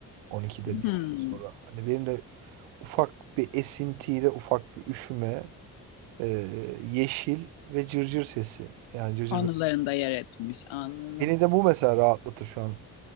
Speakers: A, on the right; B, on the left.
A: 12'de
B: Hmm,
A: 1'den sonra. Hani benim de ufak bir esintiyle ufak bir üşüme, e, yeşil ve cırcır sesi. Yani cırcır
B: anılarında
A: bö-
B: yer etmiş anladım.
A: Beni de bu mesela rahatlatır şu an.